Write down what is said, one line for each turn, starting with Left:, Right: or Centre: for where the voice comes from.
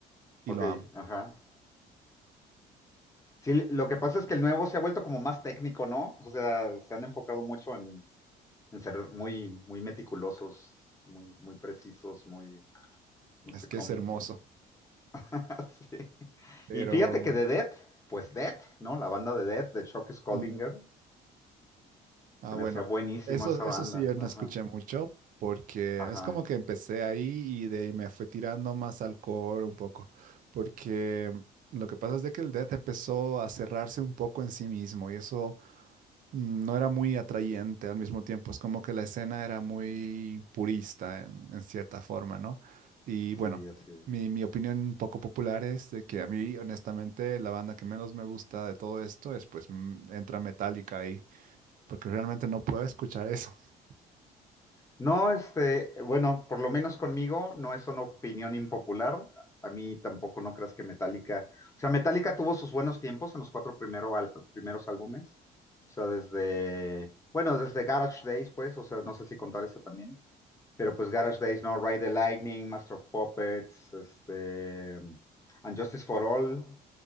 Right: y
Left: ok,
Right: lo amo.
Left: ajá. Sí, lo que pasa es que el nuevo se ha vuelto como más técnico, ¿no? O sea, se han enfocado mucho en, en ser muy, muy meticulosos, muy, muy precisos, muy, no
Right: Es
Left: sé
Right: que
Left: cómo.
Right: es hermoso.
Left: <laughs> Sí.
Right: Pero,
Left: Y fíjate que de death pues death ¿no? La banda de death de Chuck Scoldinger,
Right: mm, Ah,
Left: se me
Right: bueno,
Left: hacía buenísima
Right: eso,
Left: esa
Right: eso
Left: banda.
Right: sí yo no
Left: Ajá,
Right: escuché mucho porque
Left: ajá,
Right: es como que empecé ahí y de ahí me fue tirando más al core un poco, porque lo que pasa es de que el death empezó a cerrarse un poco en sí mismo y eso mm, no era muy atrayente al mismo tiempo, es como que la escena era muy purista en, en cierta forma, ¿no? Y bueno,
Left: sí, así es.
Right: mi, mi opinión poco popular es de que a mí honestamente la banda que menos me gusta de todo esto es pues mm, entra Metallica ahí porque realmente no puedo escuchar eso. <laughs>
Left: No, este, bueno, por lo menos conmigo no es una opinión impopular. A mí tampoco no creas que Metallica, o sea, Metallica tuvo sus buenos tiempos en los cuatro primero al- primeros álbumes. O sea, desde, bueno, desde Garage Days, pues, o sea, no sé si contar ese también, pero pues Garage Days, ¿no? Ride the Lightning, Master of Puppets, este, And Justice for All